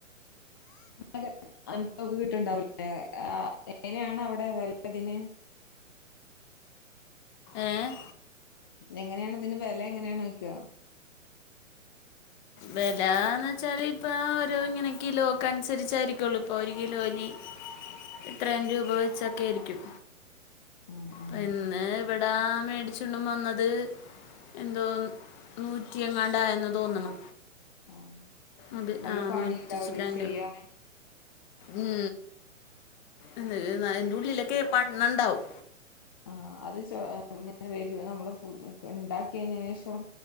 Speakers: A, on the left; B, on the left.
A: അനക്കക്കെ കിട്ടണ്ടാവുലേ ആഹ് എങ്ങനെയാണ് അവിടെ വലുതതിന്
B: ഏഹ്
A: എങ്ങനെയാണ് ഇതിന് വില എങ്ങനെയണ് വയ്ക്കുക
B: വിലന്ന് വെച്ചാല് ഇപ്പ ഓരോ ഇങ്ങനെ കിലോ ഒക്കെ അനുസരിച്ചായിരിക്കുള്ളൂ ഇപ്പൊ ഒരു കിലോന് ഇത്രേം രൂപ വെച്ചൊക്കെ ആയിരിക്കും
A: ഉം ഉം
B: പിന്നെ ഇവിടാ മേടിച്ചുണ്ട് വന്നത് എന്തോ നൂറ്റിയങ്ങാണ്ട് ആയെന്ന് തോന്ന്ണ്
A: ആഹ്
B: അതെ
A: നല്ല
B: ആഹ്
A: പണി
B: നൂറ്റിച്ചില്ലന്റ്
A: ഉണ്ടാവൂലേ ചെയ്യാന്
B: ഉം എ അയ്ന്റുഉള്ളിലൊക്കെ മണ്ണുണ്ടാവും
A: ആഹ് അത് ചോ ഇങ്ങനെ വരൂ നമ്മള് ഫു ഉണ്ടാക്കി കഴിഞ്ഞെന് ശേഷം